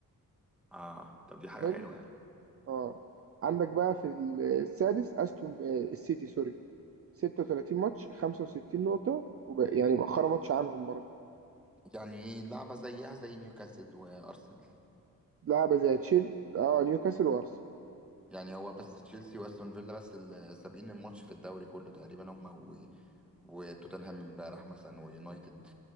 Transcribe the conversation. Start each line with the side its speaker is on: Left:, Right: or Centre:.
Centre: اه طب دي حاجة
Right: حلو
Centre: حلوة يعني
Right: اه عندك بقى في السادس استون آه، السيتي سوري 36 ماتش 65 نقطة وب... يعني مؤخرا ماتش عنهم برضه
Centre: يعني لعبة زيها زي نيوكاسل وأرسنال
Right: لعبة زي تشيل اه نيوكاسل وارسنال
Centre: يعني هو بس تشيلسي وأستون فيلا بس اللي سابقين الماتش في الدوري كله تقريبا هما و... وتوتنهام امبارح مثلا ويونايتد